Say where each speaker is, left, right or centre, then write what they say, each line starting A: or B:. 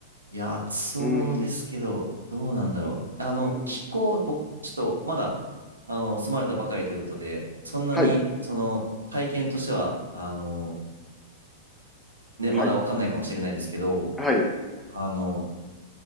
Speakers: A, on the right (about 80°); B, in the centre.
A: いや、暑そうですけど、
B: うん。
A: どうなんだろう。あの、
B: うん。
A: 気候、僕、ちょっとまだ、あの、住まれたばかりということで、そんなに、
B: はい。
A: その、体験としては、あの、ね、
B: はい。
A: まだわかんないかもしれないですけど、
B: はい。
A: あの、